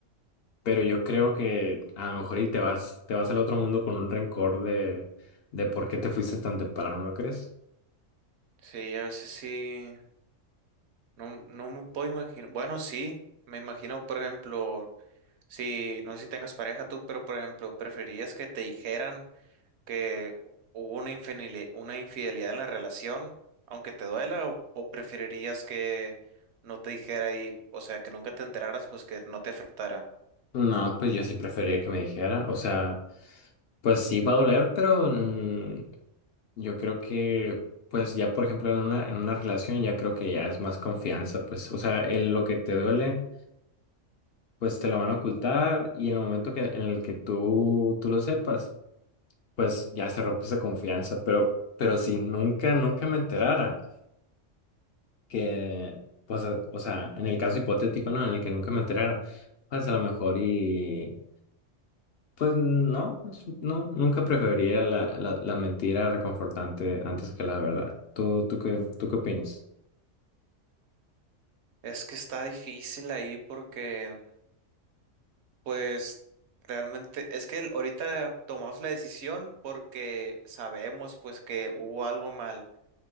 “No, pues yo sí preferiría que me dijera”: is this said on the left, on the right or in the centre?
Left